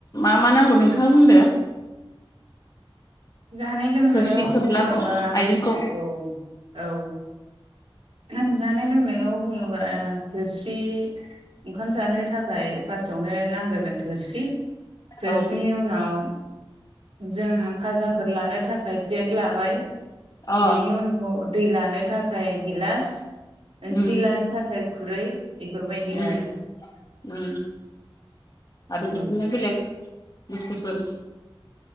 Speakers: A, on the left (about 40°); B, on the right (about 80°).
A: मा मा नांगौ नोंथाङा बुंदो
B: जानाय लोंनायाव
A: थोरसि थोब्लाखौ
B: जेन'बा
A: आइजेंखौ
B: औ औ आं जानाय लोंनायाव बुङोबा थोरसि ओंखाम जानो थाखाय फार्स्टआवनो नांग्रोगोन थोरसि थोरसिनि
A: औ
B: उनाव जों फाजाफोर लानो थाखाय प्लेट लाबाय
A: अ
B: बेनि उनाव दै लानो थाखाय गिलास ओंख्रि
A: उम
B: लानो थाखाय खुरै बेफोरबायदि
A: उम
B: आरो
A: उम आरो बिदिना
B: औ
A: बेलग बुसथुफोर